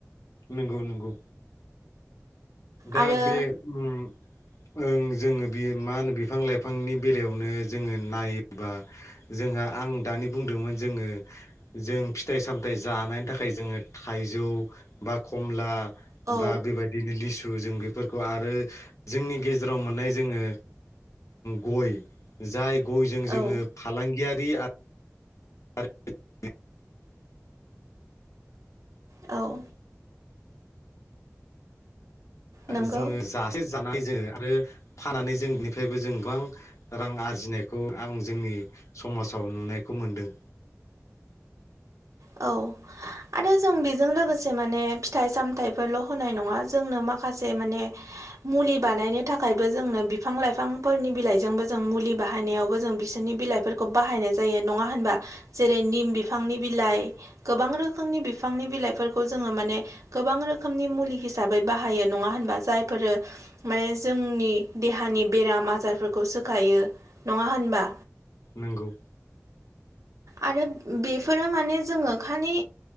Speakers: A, on the left; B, on the right.
A: नंगौ नंगौ दा
B: आरो
A: बे ओम ओं जोङो बे मा होनो बिफां लाइफांनि बेलायावनो जोङो नायोबा जोंहा आं दानि बुंदोंमोन जोङो जों फिथाइ सामथायाइ जानायनि थाखाय जोङो थाइजौ बा खमला
B: औ
A: बा बेबायदिनो लिसु जों बेफोरखौ आरो जोंनि गेजेराव मोननाय जोङो गय जाय गयजों जोङो
B: औ
A: फालांगियारि आरो
B: औ नंगौ
A: जोङो जासे जानानै जोङो आरो फानानै जों बिनिफ्रायबो जों गोबां रां आरजिनायखौ आं जोंनि समाजाव नुनायखौ मोनदों <inaudible>
B: औ आरो जों बेजों लोगोसे माने फिथाइ सामथाइफोरल' होनाय नङा जोंनो माखासे माने मुलि बानायनो थाखायबो जोंनो बिफां लाइफांफोरनि बिलाइजोंबो जों मुलि बाहायनायावबो जों बिसोरनि बिलाइ फोरखौ बाहानाय जायो नङा होमबा जेरै निम बिफांनि बि लाइ गोबां रोखोमनि बिफांनि बिलाइफोरखौ जोङो माने गोबां रोखोमनि मुलि हिसाबै बाहायो नङा होनबा जायफोरो माने जोंनि देहानि बेराम आजारफोरखौ सोखायो नङा होनबा
A: नोंगौ
B: आरो बेफोरो माने जोङो खालि